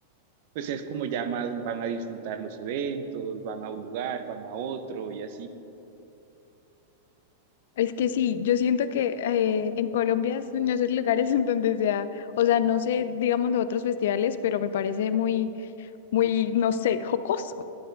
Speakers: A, on the right (about 55°); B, on the left (about 70°).
A: pues es como ya más van a disfrutar los eventos, van a un lugar, van a otro y así.
B: Es que sí, yo siento que eh, en Colombia es uno de esos lugares <laughs> en donde sea, o sea, no sé, digamos, los otros festivales, pero me parece muy, muy, no sé, jocoso